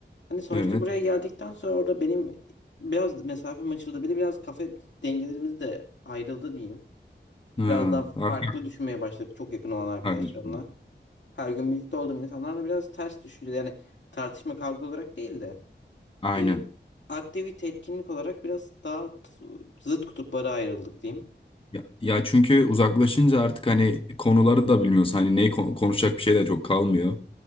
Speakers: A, on the left; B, on the left.
A: hani sonuçta
B: Evet.
A: buraya geldikten sonra orada benim biraz mesafem açıldı. Bir de biraz kafa dengelerimiz de ayrıldı diyeyim.
B: Ha,
A: Biraz daha
B: artık
A: farklı düşünmeye başladık çok yakın olan arkadaşlarımla.
B: farklı düşünüyorsun.
A: her gün birlikte olduğum insanlarla biraz ters düşünce yani tartışma kavga olarak değil de
B: Aynen.
A: e, aktivite etkinlik olarak biraz daha t- zıt kutuplara ayrıldık diyeyim.
B: Ya, ya çünkü uzaklaşınca artık hani konuları da bilmiyorsun. Hani neyi kon- konuşacak bir şey de çok kalmıyor.